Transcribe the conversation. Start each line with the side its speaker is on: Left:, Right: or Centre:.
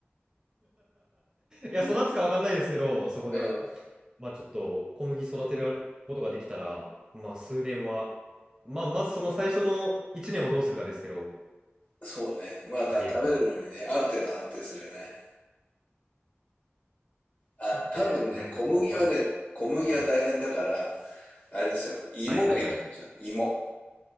Right: や、
Left: う、
Right: 育つか分かんないですけど、そこで。
Left: うん。
Right: まあちょっと小麦育てることができたら、まあ数年は、まあまずその最初の1年をどうするかですけど、
Left: そうね。また食べるのにね、
Right: ありえるかな。
Left: ある程度安定するよね。あ、多分ね、
Right: えー、なんかこう、
Left: 小麦はね、
Right: また、
Left: 小麦は大変だから、
Right: はい、
Left: あれですよ。芋がいいと思いました。
Right: はいはいはい。
Left: 芋。